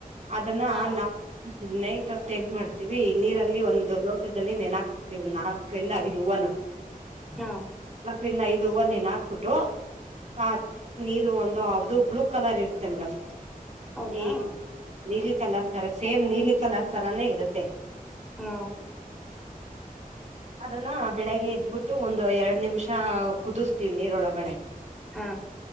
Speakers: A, on the right; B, in the centre.
A: ಅದನ್ನ
B: ಹಾ
A: ನಾ ನೈ ಎನ್ ಮಾಡ್ತೀವಿ ನೀರಲ್ಲಿ ಒಂದು ಲೋಟದಲ್ಲಿ ನೆನ ಹಾಕ್ವಿ ಒಂದ ನಾಲ್ಕರಿಿಂದ ಇದು ಹೂವನ
B: ಹಾ
A: ನಕರಿಿಂದ ಐದು ಇದು ಒನ್ನ್ ಹಾಕ್ಬಿಟ್ಟು ಹಾ ನೀರು ಒಂದು್ದದು ಬ್ಲೂ ಕಲರ್ ಇರುತ್ತೆ ಮೇಡಮ್
B: ಹೌದಾ
A: ಈ ನೀಲಿ ಕಲರ್ ತರ ಸೇಮ್ ನೀಲಿ ಕಲರ್ ತರಾನೇ ಇರುತ್ತೆ
B: ಹಾ
A: ಅದನ್ನ ಬೆಳಿಗ್ಗೆ ಎದ್ಬಿಟ್ಟು ಒಂದು ಎರಡ್ ನಿಮಿಷ ಕುದಿಸ್ತೀವಿ ನೀರೊಳಗಡೆ
B: ಹಾ